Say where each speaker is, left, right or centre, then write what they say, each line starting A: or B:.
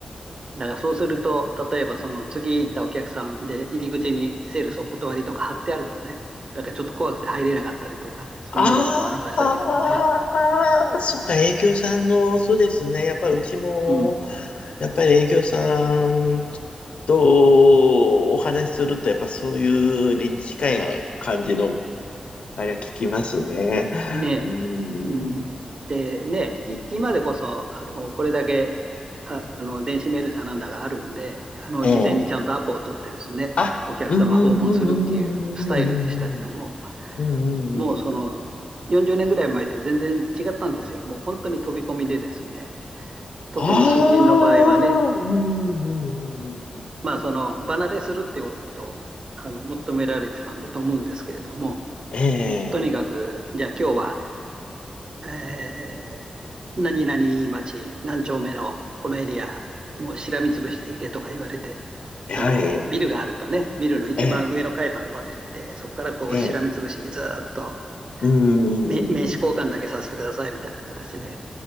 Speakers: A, on the right; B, on the left.
A: だからそうすると、例えばその次行ったお客さんで入り口にセールスお断りとか貼ってあるとね、だからちょっと怖くて入れなかったりとか、そんなこともありましたけどもね。
B: あーあー、そっか、営業さんの、そうですね。やっぱりうちも、
A: うん。
B: やっぱり営業さんとお話しすると、やっぱそういう理に近い感じの、あれは聞きますね。
A: ねえ。
B: うん。
A: うん。で、ねえ、い今でこそ、あの、これだけ、ああの、電子メールだなんだがあるんで、あの、
B: ええ
A: 事前にちゃんとアポを取ってですね、
B: あ、
A: お客様訪問するっていうスタイルでしたけども、
B: うんうんうんうんうんうんうんうんうんうんうんうんうん。
A: もうその40年ぐらい前って全然違ったんですよ。もう本当に飛び込みでですね、特に新人の場合はね、
B: ああ、うん、うん、うん、うん
A: まあその離れするっていうことをあの求められてたんだと思うんですけれども、
B: うんえ
A: とにかく、じゃあ今日は、えー何々町何丁目のこのエリア、もうしらみつぶしで行けとか言われて、
B: え、
A: そのビルがあるとね、
B: はい、え
A: ビルの一番上の階までまず行って、
B: え、
A: そこからこうしらみつぶしにずっと
B: ええ、うん、うん、
A: 名刺交換だけさせてくださいみたいな形で
B: うん、うんうん。